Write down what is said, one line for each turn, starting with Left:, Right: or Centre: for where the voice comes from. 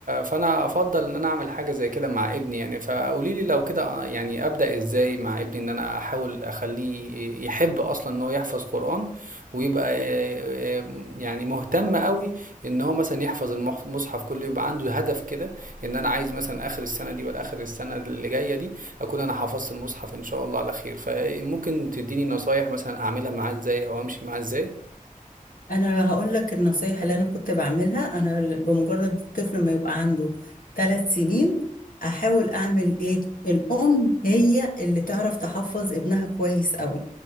Right: فأنا أفضل إن أنا أعمل حاجة زي كده مع ابني يعني فقولي لي لو كده آه، يعني أبدأ إزاي مع ابني إن أنا أحاول أخليه يحب أصلا إن هو يحفظ قرآن ويبقى آه، آه، يعني مهتم قوي ان هو مثلا يحفظ المصحف كله يبقى عنده هدف كده ان انا عايز مثلا اخر السنه دي ولا اخر السنه اللي جايه دي اكون انا حفظت المصحف ان شاء الله على خير فممكن تديني نصايح مثلا اعملها معاه ازاي او امشي معاه ازاي
Left: انا هقول لك النصايح اللي انا كنت بعملها انا بمجرد الطفل ما يبقى عنده ثلاث سنين احاول اعمل ايه الام هي اللي تعرف تحفظ ابنها كويس قوي